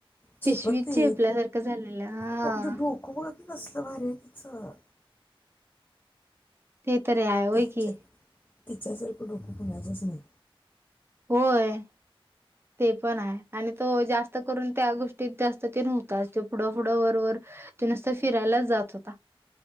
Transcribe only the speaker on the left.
चिपनते
ख म्हजे डुक वते कसलं भर तिचं
त्याच्या
तिच्यासारखं डोकं कणाचच नाही